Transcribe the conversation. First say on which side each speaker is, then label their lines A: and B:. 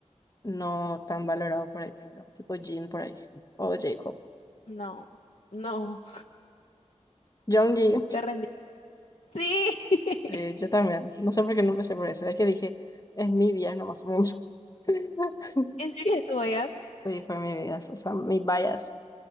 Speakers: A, on the left (about 30°); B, on the left (about 70°).
A: no tan valorado por ahí, ¿verdad? Tipo Jin por ahí o J-Hope.
B: No, no,
A: Jongi.
B: <laughs> te rendí. Sí, <laughs>
A: Sí, yo también. No sé por qué no empecé por eso. Es que dije, es mi vida, no más mucho. <laughs>
B: en serio estuvo ellas.
A: Sí, fue mi vida, o sea, mi bias